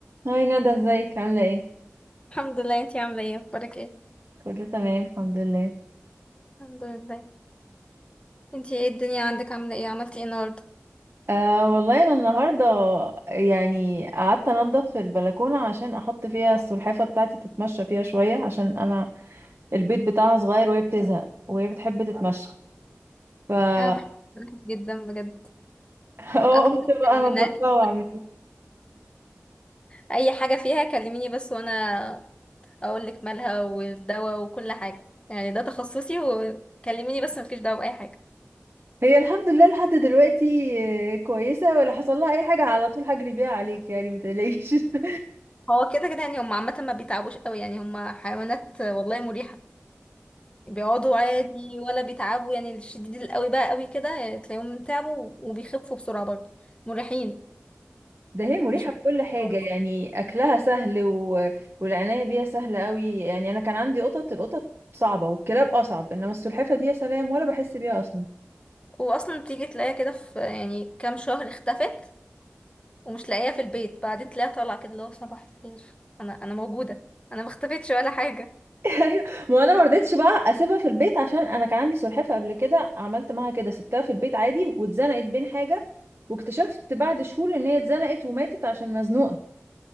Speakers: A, on the right; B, on the left.
A: هاي ندى ازيك عاملة ايه؟
B: الحمد لله انتي عاملة ايه اخبارك ايه
A: كله تمام الحمد لله
B: الحمد لله انتي ايه الدنيا عندك عاملة ايه عملتي ايه النهاردة
A: أه والله انا النهاردة يعني قعدت انضف البلكونة عشان احط فيها السلحفة بتاعتي تتمشى فيها شوية عشان انا البيت بتاعها صغير وهي بتزهق وهي بتحب تتمشى ف <laughs>
B: انا بحب الأكل جدا بجد
A: اه
B: اكتر
A: قلت بقى
B: من
A: انضفها
B: أكل.
A: واعمل إيه.
B: اي حاجة فيها كلميني بس وانا اقول لك مالها والدواء وكل حاجة يعني ده تخصصي وكلميني بس مفيش دواء بأي حاجة
A: هي الحمد لله لحد دلوقتي آه، كويسة ولا حصل لها اي حاجة على طول هجري بيها عليك يعني متقلقيش <laughs>
B: هو كده كده يعني هم عامة ما بيتعبوش قوي يعني هم حيوانات والله مريحة بيقعدوا عادي ولا بيتعبوا يعني الشديد القوي بقى قوي كده يعني تلاقيهم تعبوا وبيخفوا بسرعة برضه مريحين
A: ده هي مريحة
B: مش بطيئين
A: في كل حاجة
B: خالص
A: يعني أكلها سهل و... والعناية بيها سهلة قوي يعني أنا كان عندي قطط القطط صعبة والكلاب أصعب إنما السلحفة دي يا سلام ولا بحس بيها أصلا
B: واصلا بتيجي تلاقيها كده في يعني كام شهر اختفت ومش لاقيها في البيت بعدين تلاقيها طالعه كده اللي هو صباح الخير انا انا موجوده انا ما اختفتش ولا حاجه
A: <laughs> أيوة ما أنا مرضتش بقى أسيبها في البيت عشان أنا كان عندي سلحفة قبل كده عملت معاها كده سبتها في البيت عادي واتزنقت بين حاجة واكتشفت بعد شهور إن هي اتزنقت وماتت عشان مزنوقة